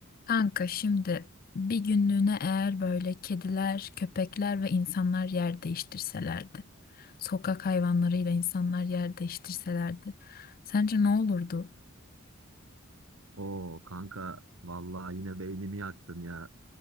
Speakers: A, on the left; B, on the right.
A: Kanka şimdi bir günlüğüne eğer böyle kediler, köpekler ve insanlar yer değiştirselerdi, sokak hayvanlarıyla insanlar yer değiştirselerdi, sence ne olurdu?
B: Oo kanka vallahi yine beynimi yaktın ya.